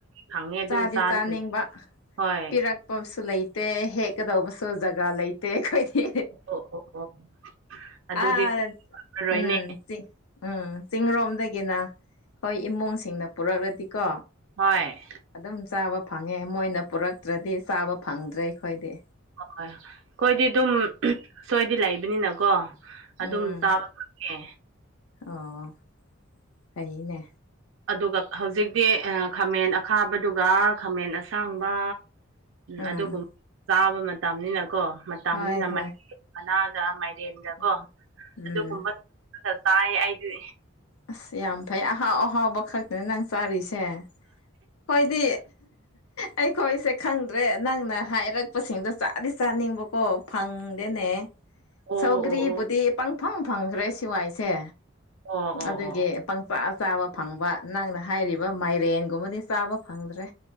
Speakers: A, on the right; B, on the left.
A: ꯐꯪꯉꯦ ꯑꯗꯨꯝ
B: ꯆꯥꯗꯤ
A: ꯆꯥꯗꯣꯏꯅꯤ
B: ꯆꯥꯅꯤꯡꯕ
A: ꯍꯣꯏ
B: ꯄꯤꯔꯛ ꯄꯣꯁꯨ ꯂꯩꯇꯦ ꯍꯦꯛꯀꯗꯧꯕꯁꯨ ꯖꯒꯥ ꯂꯩꯇꯦ ꯑꯈꯣꯏꯗꯤ
A: ꯑꯣ ꯑꯣ ꯑꯣ ꯑꯗꯨꯗꯤ
B: ꯑ
A: ꯐꯪꯉꯔꯣꯏꯅꯦ
B: ꯎꯝ ꯆꯤꯡ ꯎꯝ ꯆꯤꯡꯔꯣꯝꯗꯒꯤꯅ ꯑꯈꯣꯏ ꯏꯃꯨꯡꯁꯤꯡꯅ ꯄꯨꯔꯛꯔꯗꯤꯀꯣ
A: ꯍꯣꯏ
B: ꯑꯗꯨꯝ ꯆꯥꯕ ꯐꯪꯉꯦ ꯃꯣꯏꯅ ꯄꯨꯔꯛꯇ꯭ꯔꯗꯤ ꯆꯥꯕ ꯐꯪꯗ꯭ꯔꯦ ꯑꯈꯣꯏꯗꯤ
A: ꯍꯣꯏ ꯑꯈꯣꯏꯗꯤ ꯑꯗꯨꯝ ꯁꯣꯏꯗꯤ ꯂꯩꯕꯅꯤꯅꯀꯣ ꯑꯗꯨꯝ
B: ꯎꯝ
A: ꯆꯥꯕ ꯐꯪꯉꯦ
B: ꯑꯣ ꯐꯩꯅꯦ
A: ꯑꯗꯨꯒ ꯍꯧꯖꯤꯛꯇꯤ ꯈꯥꯃꯦꯟ ꯑꯈꯥꯕꯗꯨꯒ ꯈꯥꯃꯦꯟ ꯑꯁꯥꯡꯕ
B: ꯎꯝ ꯎꯝ
A: ꯑꯗꯨꯒꯨꯝꯕ ꯆꯥꯕ ꯃꯇꯝꯅꯤꯅꯀꯣ ꯃꯠ ꯇꯅꯤꯅ
B: ꯍꯣꯏ ꯍꯣꯏ
A: ꯃꯅꯥꯒ ꯃꯥꯏꯔꯦꯟꯒ
B: ꯎꯝ
A: ꯀꯣ
B: ꯎꯝ
A: ꯑꯗꯨꯒꯨꯝꯕ ꯑꯗ ꯆꯥꯏ ꯑꯩꯗꯤ
B: ꯑꯁ ꯌꯥꯝ ꯐꯩ ꯑꯍꯥꯎ ꯑꯍꯥꯎꯕ ꯈꯛ ꯅ ꯅꯪ ꯆꯥꯔꯤꯁꯦ ꯈꯣꯏꯗꯤ ꯑꯩꯈꯣꯏ ꯑꯩꯁꯦ ꯈꯪꯗ꯭ꯔꯦ ꯅꯪꯅ ꯍꯥꯏꯔꯛꯄꯁꯤꯡꯗꯣ ꯆꯥꯗꯤ ꯆꯥꯅꯤꯡꯕ ꯀꯣ ꯐꯪꯗꯦꯅꯦ
A: ꯑꯣ
B: ꯁꯧꯒ꯭ꯔꯤꯕꯨꯗꯤ
A: ꯑꯣ
B: ꯄꯪꯐꯪ ꯐꯪꯈ꯭ꯔꯦ ꯁꯤꯋꯥꯏꯁꯦ
A: ꯑꯣ ꯑꯣ ꯑꯣ
B: ꯑꯗꯨꯒꯤ
A: ꯑꯣ
B: ꯄꯪꯆꯥꯥ ꯆꯥꯕ ꯐꯪꯕ ꯅꯪꯅ ꯍꯥꯏꯔꯤꯕ ꯃꯥꯏꯔꯦꯟꯒꯨꯝꯕꯗꯤ ꯆꯥꯕ ꯐꯪꯗ꯭ꯔꯦ